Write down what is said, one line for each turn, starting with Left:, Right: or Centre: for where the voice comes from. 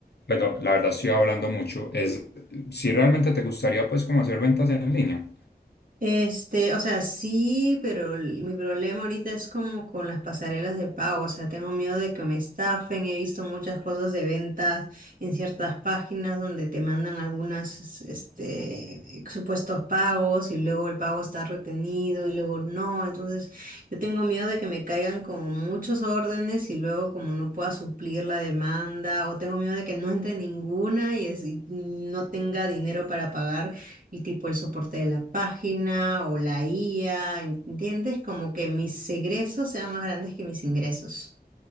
Left: bueno, la verdad estoy hablando mucho. Es si realmente te gustaría pues como hacer ventas en línea.
Right: Este, o sea, sí, pero el- mi problema ahorita es como con las pasarelas de pago, o sea, tengo miedo de que me estafen, he visto muchas cosas de ventas en ciertas páginas donde te mandan algunas, es- este, supuestos pagos y luego el pago está retenido y luego no, entonces yo tengo miedo de que me caigan como muchos órdenes y luego como no pueda suplir la demanda o tengo miedo de que no entre ninguna y, es- y no tenga dinero para pagar y tipo el soporte de la página o la IA, ¿entiendes? Como que mis egresos sean más grandes que mis ingresos.